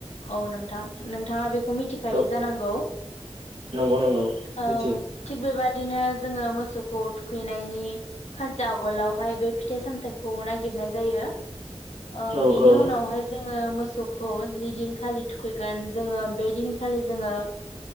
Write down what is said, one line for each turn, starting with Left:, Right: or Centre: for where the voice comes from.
Left: औ नोंथां नोंथाङा बेखौ मिथिखायो
Right: औ
Left: जानांगौ
Right: नंगौ नंगौ
Left: ओम
Right: मिथियो
Left: थिखबेबाय बिदिनो जोङो मोसौ मोसौखौ थुखैनायनि खानसे आगोलावहाय बे फिथाइ सामथायाइखौ नागिरनाय जायो ओ
Right: औ
Left: बेनि
Right: औ
Left: उनावहाय जोङो मोसौ मोसौखौ जिदिनखालि थुखैगोन जोङो बे दिनखालि जोङो